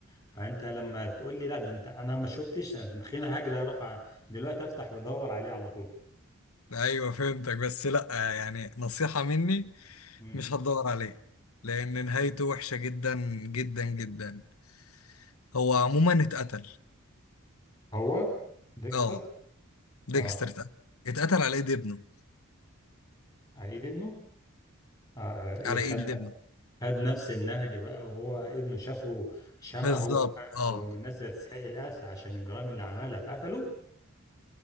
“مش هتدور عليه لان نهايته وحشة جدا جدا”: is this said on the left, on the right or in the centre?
Left